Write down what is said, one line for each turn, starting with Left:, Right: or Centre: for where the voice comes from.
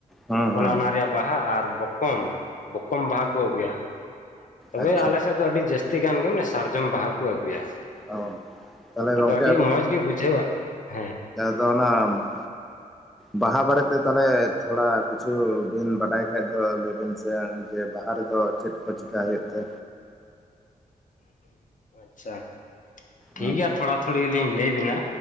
Centre: ᱦᱮᱸ
Left: ᱚᱱᱟ
Centre: ᱦᱮᱸ
Left: ᱚᱱᱟ ᱨᱮᱭᱟᱜ ᱵᱟᱦᱟ ᱟᱨ ᱵᱚᱠᱚᱢ ᱵᱚᱠᱚᱢ ᱵᱟᱦᱟ ᱠᱚ ᱟᱹᱜᱩᱭᱟ᱾ ᱛᱚᱵᱮ
Centre: ᱟᱪᱪᱷᱟ
Left: ᱟᱞᱮ ᱥᱮᱫ ᱫᱚ ᱟᱹᱰᱤ ᱡᱟᱹᱥᱛᱤ ᱜᱟᱱ ᱜᱮ ᱢᱟᱱᱮ ᱥᱟᱨᱡᱚᱢ ᱵᱟᱦᱟ ᱠᱚ ᱟᱹᱜᱩᱭᱟ।
Centre: ᱚ ᱛᱟᱦᱚᱞᱮ
Left: ᱟᱫᱚ
Centre: ᱜᱚᱝᱠᱮ
Left: ᱟᱹᱰᱤ ᱢᱚᱸᱡᱽ ᱜᱮ ᱵᱩᱡᱷᱟᱹᱣᱟ, ᱦᱮᱸ।
Centre: ᱫᱚ ᱚᱱᱟ। ᱵᱟᱦᱟ ᱵᱟᱨᱮᱛᱮ ᱛᱟᱦᱚᱞᱮ ᱛᱷᱚᱲᱟ, ᱠᱤᱪᱷᱩ ᱵᱤᱱ ᱵᱟᱰᱟᱭ ᱠᱷᱟᱡ ᱫᱚ ᱞᱟᱹᱭᱵᱤᱱ ᱥᱮ। ᱡᱮ ᱵᱟᱦᱟ ᱨᱮᱫᱚ ᱪᱮᱫ ᱠᱚ ᱪᱮᱠᱟ ᱦᱳᱭᱳᱜ ᱛᱮ?
Left: ᱟᱪᱪᱷᱟ ᱴᱷᱤᱠᱜᱮᱭᱟ
Centre: ᱦᱮᱸ
Left: ᱛᱷᱚᱲᱟ ᱛᱷᱩᱲᱤ ᱞᱤᱧ ᱞᱟᱹᱭ ᱟᱵᱤᱱᱟ।